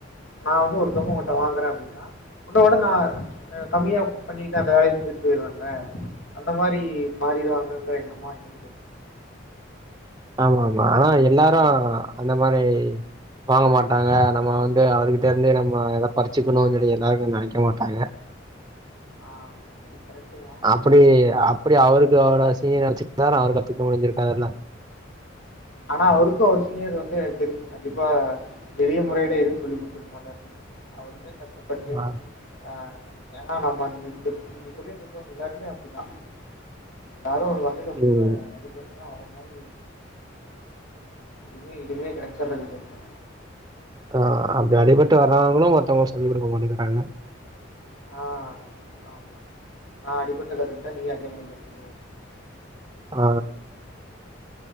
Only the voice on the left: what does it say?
நா வந்து ஒருதொக உன்ட வாங்குறே அப்டினா உன்னோட நா கம்மியா பண்ணிட்டு அந்த வேலைய செஞ்சுட்டு போய்ருவல அந்த மாரி மாறிடுவாங்கங்கற என்னமோ என்ன
ஆ அது கரெடுதா
ஆனா அவுருக்கு அவர் சீனியர் வந்து எனக்கு தெரிஞ்சு கண்டிப்பா எளிய முறைட எதுவு சொல்லி குடுத்துருக்க மாட்டாரு அவருமே கஷ்டப்பட்டு
ஆ எனா நம்ம இந்த இந்த தொழில் இருக்கறவங்க எல்லாருமே அப்டிதா எல்லாரு ஒரு வகையில ரொம்ப
அடிப்பட்டுதா வரமாரி இதுமே இதுமே கடைச்சற்றது இல்ல
ஆ ஆமா நா அடிபட்டு கத்துட்டே நீ அதேமாரிதா <inaudible>